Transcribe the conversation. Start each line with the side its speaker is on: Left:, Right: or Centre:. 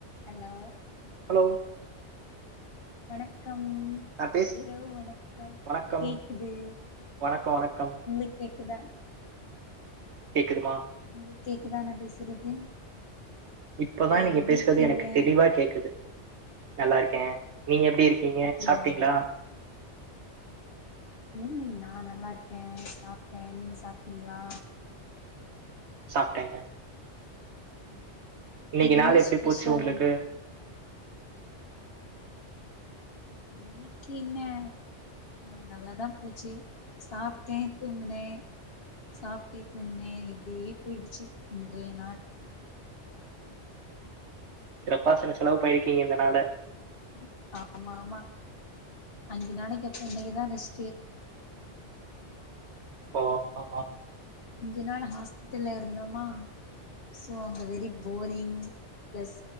Left: Hello
Right: hello
Left: வணக்கம்
Right: நா பேஸ்
Left: இரவு வணக்கம்
Right: வணக்கம்
Left: கேக்குது
Right: வணக்கம் வணக்கம்
Left: உங்களுக் கேக் இதா
Right: கேக்குதுமா
Left: உங்களுக்கு கேக்குதா நா பேசுறது
Right: இப்பதா
Left: ஏ
Right: நீங்க
Left: எப்டி
Right: பேசுறது
Left: இருக்கீங்க
Right: எனக்கு தெளிவா கேக்குது நல்லாருக்கே நீ எப்டி இருக் கீங்க
Left: அப்டியா
Right: சாப்ட்டீங்ளா
Left: ம் நா நல்லா இருக்கே சாப்ட்டே நீங்க சாப்ட்டீங்களா
Right: சாப்ட்டேங்க இன்னைக்கு
Left: என்ன
Right: நாளு எப்டி
Left: ஸ்பெஷல்
Right: போச்சு ஒங்களுக்கு
Left: இன்னைக்கு என்ன அ நல்லாதா போச்சு சாப்ட்டே தூங்குனே சாப்ட்டே தூங்குனே இப்டியே போயிடுச்சு இன்றைய நாள்
Right: சிறப்பா <unintelligible> செலவு பண்ணிருகீங்க இந்த நாள
Left: ம் ஆமாமா அஞ்சு நாளைக்கு அப்பற இன்னைக்குதா ரெஸ்ட்டு
Right: <unintelligible>
Left: அஞ்சு நாள் ஹாஸ்பிட்டல்ல இருந்தோமா சோ அங்க வெரி போரிங் பிளஸ்